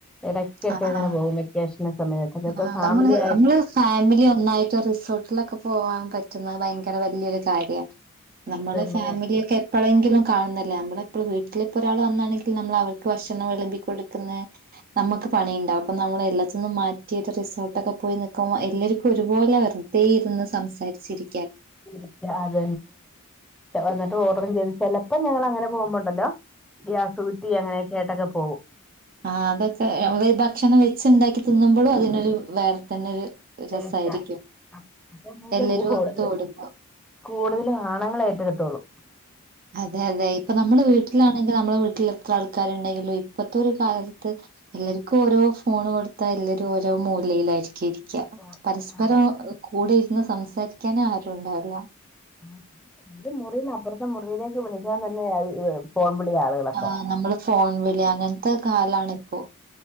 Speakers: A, in the centre; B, on the right.
A: ഇടയ്ക്കൊക്കെ
B: ആ
A: അങ്ങനെ
B: ആ
A: പോകും വെക്കേഷന്റെ സമയത്തൊക്കെ
B: ആ
A: ഇപ്പൊ ഫാമിലി
B: നമ്മള്
A: ആയിട്ട്
B: നമ്മള് ഫാമിലി ഒന്നായിട്ട് റിസോർട്ടിലൊക്കെ പോകാൻ പറ്റുന്നത് ഭയങ്കര വലിയൊരു കാര്യമാണ് നമ്മള്
A: അതന്നെ
B: ഫാമിലിയൊക്കെ എപ്പോഴെങ്കിലും കാണുന്നില്ലേ നമ്മുടെ ഇപ്പോൾ വീട്ടിലിപ്പോ ഒരാൾ വന്നാണെങ്കിൽ നമ്മൾ അവർക്ക് ഭക്ഷണം വിളമ്പി കൊടുക്കുന്ന നമുക്ക് പണിയുണ്ടാവും അപ്പ നമ്മൾ എല്ലാത്തി നിന്നും മാറ്റിയിട്ട് റിസോർട്ടൊക്കെ പോയി നിൽക്കുമ്പോൾ എല്ലാവർക്കും ഒരുപോലെ വെറുതെ ഇരുന്ന് സംസാരിച്ചിരി
A: ഇരിക്കാ അത് തന്നെ ഓർഡറും ചെയ്ത് ചിലപ്പോ ഞങ്ങൾ അങ്ങനെ പോകുമ്പോണ്ടല്ലോ ഗ്യാസ് കുറ്റി അങ്ങനെയൊക്കെ ആയിട്ടൊക്കെ പോകും
B: ആ അതൊക്കെ നമ്മള് ഈ ഭക്ഷണം വെ- ഉണ്ടാക്കി തിന്നുമ്പോഴും അതിനൊരു വേറെ തന്നെ ഒരു-
A: തേച്ച
B: രസായിരിക്കും
A: അപ്പാ <unintelligible> ച്ചാത്
B: എല്ലാരും ഒത്തുകൂടുമ്പോ
A: കൂടുതലും ആണ്ണുങ്ങൾ ആയിരിക്കും എടുത്തോളൂ
B: അതെ അതെ ഇപ്പ നമ്മുടെ വീട്ടിലാണെങ്കി നമ്മെ വീ ട്ടിൽ എത്ര ആൾക്കാരുണ്ടെങ്കിലും ഇപ്പത്തെ ഒരു കാലത്ത് എല്ലാവർക്കും ഓരോ ഫോൺ കൊടുത്താ എല്ലരും ഓരോ മൂലയിലായിരിക്കും രിക്ക
A: ആ
B: പരസ്പരം
A: ആ
B: കൂടെ ന്ന് സംസാരിക്കാന ആരുംണ്ടാവുല
A: ആഹ് ഒരു മുറി <unintelligible> മുറിയിലേക്ക് ഞാൻ തന്നെ വിളിയാ ആളുകളൊക്കെ
B: ആഹ് നമ്മള് ഫോൺ വിളി അങ്ങത്തെ കാലാണി ഇപ്പോ